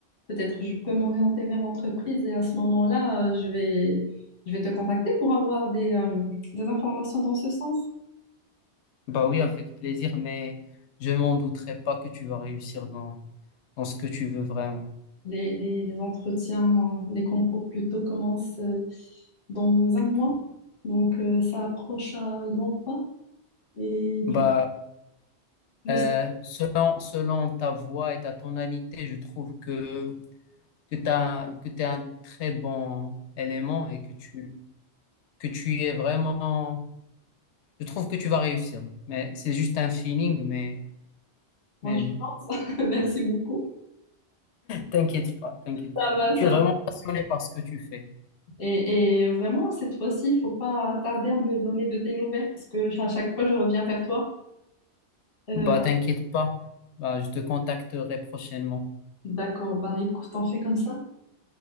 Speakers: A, on the left; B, on the left.
A: peut-être je peux m'orienter vers l'entreprise et à ce moment-là, euh, je vais, je vais te contacter pour avoir des, euh, des informations dans ce sens.
B: Bah oui, avec plaisir, mais je m'en douterai pas que tu vas réussir dans, dans ce que tu veux vraiment.
A: Les, les, les entretiens, les concours plutôt commencent euh, dans un mois. Donc euh, ça approche à grands pas. Et du
B: Bah,
A: coup, je
B: euh,
A: sais
B: selon, selon ta voix et ta tonalité, je trouve que, que t'as, que t'es un très bon élément et que tu, que tu es vraiment... Je trouve que tu vas réussir, mais c'est juste un feeling, mais,
A: comment
B: mais
A: tu penses. <laughs> Merci beaucoup.
B: T'inquiète pas, t'inquiète
A: Ça
B: pas.
A: va,
B: Tu
A: ça
B: es vraiment
A: va.
B: passionné par ce que tu fais.
A: Et, et vraiment, cette fois-ci, il faut pas tarder à me donner de tes nouvelles parce que à chaque fois, je reviens vers toi. Euh,
B: Bah, t'inquiète pas. Bah, je te contacterai prochainement.
A: d'accord, bah écoute, on fait comme ça.